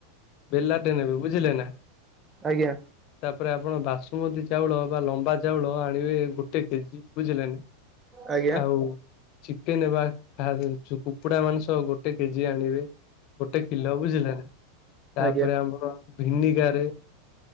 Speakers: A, on the left; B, on the right.
A: ବେଲାଟରେ ନେବେ ବୁଝିଲେ ନା
B: ଆଜ୍ଞା
A: ତାପରେ ଆପଣ ବାସୁମତୀ ଚାଉଳ ବା ଲମ୍ବା ଚାଉଳ ଆଣିବେ ଗୋଟେ କେଜି ବୁଝିଲ ନାି
B: ଆଜ୍ଞା
A: ଆଉ ଚିକେନବା ଖାୁ କୁକୁଡା ମାଂସ ଗୋଟେ କେଜି ଆଣିବେ ଗୋଟେ କିଲୋ ବୁଝିଲାନ ତାପରେ
B: ଆଜ୍ଞା
A: ଆମର ଭିନିଗାର